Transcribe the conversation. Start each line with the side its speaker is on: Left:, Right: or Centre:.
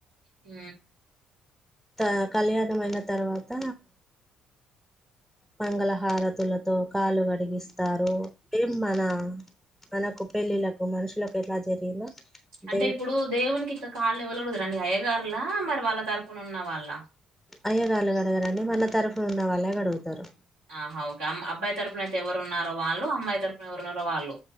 Right: ఉ
Centre: త కళ్యాణం అయిన తర్వాత మంగళహారతులతో కాలు కడిగిస్తారు, ఎ మన మనకు పెళ్ళిళ్లకు మనుషులకు ఎలా జరిగిందో
Right: అంటే
Centre: దేవు
Right: ఇప్పుడు దేవునికి ఇంకా కాళ్ళు ఎవరు కడుగుతారండి అయ్యగారులా మరి వాళ్ళ తరపుున ఉన్న వాళ్ళ,
Centre: అయ్యగార్లు కడగారు అండీ మన తరువునా ఉన్న వాళ్ళే కడుగుతారు,
Right: ఆహ ఓకే అ అబ్బాయి తరపునయితే ఎవరున్నార, వాళ్ళు అమ్మాయి తరపున ఎవరున్నారో వాళ్ళు,